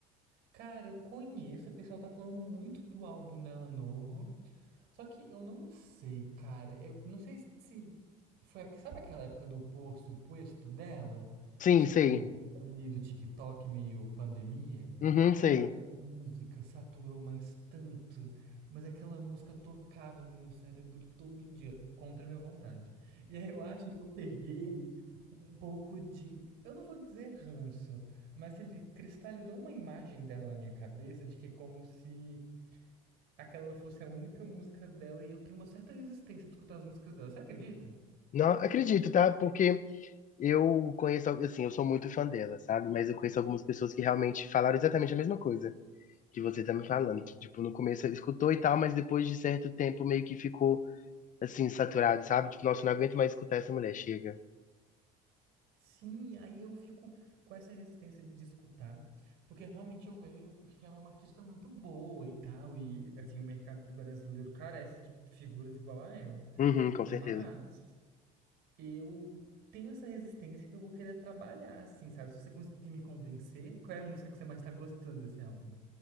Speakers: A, on the right; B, on the left.
A: Cara, eu conheço, o pessoal tá falando muito do álbum dela novo. Só que eu não sei, cara. Eu não sei se foi, a- sabe aquela época do por posto dela?
B: Sim,
A: Tipo,
B: sei.
A: ali do TikTok, meio pandemia.
B: Uhum,
A: Cara,
B: sei.
A: aquela música saturou mais tanto, mas aquela música tocava no meu cérebro todo dia, contra a minha vontade. E aí eu acho que eu peguei um pouco de, eu não vou dizer ranço, mas ele cristalizou uma imagem dela na minha cabeça de que é como se aquela fosse a única música dela e eu tenho uma certa resistência de escutar as músicas dela. Você acredita?
B: Não acredito, tá? Porque Eu conheço, assim, eu sou muito fã dela, sabe? Mas eu conheço algumas pessoas que realmente falaram exatamente a mesma coisa que você tá me falando, que, tipo, no começo escutou e tal, mas depois de certo tempo meio que ficou, assim, saturado, sabe? Tipo, nossa, não aguento mais escutar essa mulher, chega.
A: Sim, aí eu fico com essa resistência de escutar, porque realmente eu vejo que ela é uma artista muito boa e tal, e assim, o mercado brasileiro carece de figuras igual a ela.
B: Uhum, com
A: Mas
B: certeza.
A: eu tenho essa resistência que eu vou querer trabalhar, assim, sabe? Se você conseguir me convencer, qual é a música que você mais tá gostando desse álbum?